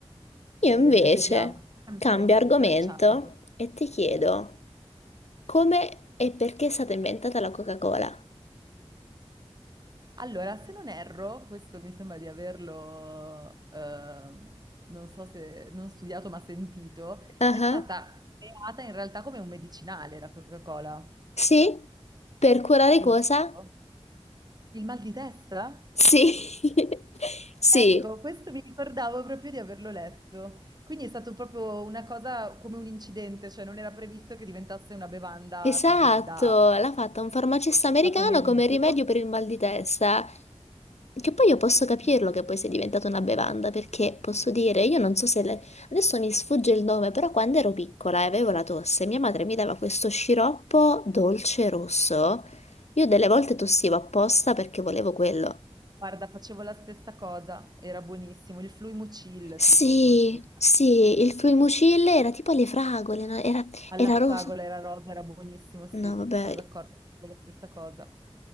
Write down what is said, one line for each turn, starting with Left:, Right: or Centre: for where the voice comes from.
Left: Io
Right: Bene,
Left: invece
Right: vediamo. Mi
Left: cambio
Right: stai
Left: argomento
Right: stracciando.
Left: e ti chiedo come e perché è stata inventata la Coca-Cola?
Right: Allora, se non erro, questo mi sembra di averlo, ehm, non so se non studiato ma sentito,
Left: Ah,
Right: è stata
Left: ah.
Right: creata in realtà come un medicinale la Coca-Cola,
Left: Sì? Per curare
Right: giusto?
Left: cosa?
Right: Il mal di testa?
Left: Sì. <laughs> Sì.
Right: Ecco, questo mi ricordavo proprio di averlo letto. Quindi è stato proprio una cosa come un incidente, cioè non era previsto che diventasse una bevanda
Left: Esatto,
Right: così da,
Left: l'ha fatta un farmacista americano
Right: da pomeriggio.
Left: come rimedio per il mal di testa. Che poi io posso capirlo
Right: Sì.
Left: che poi sia diventata una bevanda, perché posso dire, io non so se le- adesso mi sfugge il nome, però quando ero piccola e avevo la tosse, mia madre mi dava questo sciroppo dolce rosso. Io delle volte tossivo apposta perché volevo quello.
Right: Guarda, facevo la stessa cosa, era buonissimo. Il Fluimucil,
Left: Sì,
Right: tipo, forse.
Left: sì, il Fluimucil era tipo alle fragole, no? Era,
Right: Alla
Left: era
Right: fragola
Left: rosa.
Right: era rosa, era buonissimo, sì,
Left: No, vabbè,
Right: sono d'accordo con la stessa cosa.